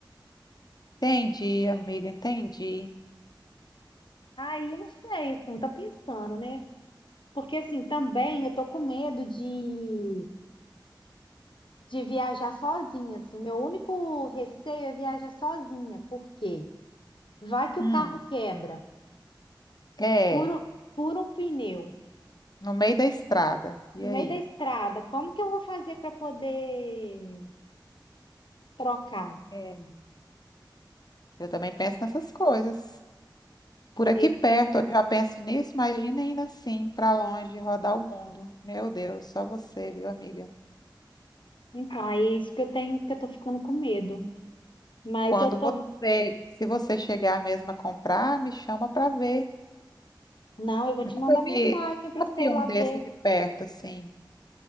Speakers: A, on the left (about 55°); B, on the left (about 80°).
A: Entendi, amiga, entendi.
B: Aí não sei, assim, tô pensando, né? Porque assim, também eu tô com medo de de viajar sozinha, assim. Meu único receio é viajar sozinha, porque vai que
A: Hum,
B: o carro quebra,
A: é,
B: fura, fura um pneu
A: no meio da estrada. E
B: no
A: aí?
B: meio da estrada. Como que eu vou fazer para poder trocar?
A: É. Eu também penso nessas coisas. Por aqui
B: Esse-
A: perto, eu já penso nisso, imagina ainda assim, para longe, rodar o mundo. Meu Deus, só você, viu, amiga?
B: Então, é isso que eu tenho, que eu tô ficando com medo. Mas
A: Quando
B: eu tô,
A: você, se você chegar mesmo a comprar, me chama para ver.
B: não, eu vou te
A: Nunca
B: mandar mensagem
A: vi, nunca
B: para você
A: vi
B: ir lá
A: um desse
B: ver.
A: de perto, assim.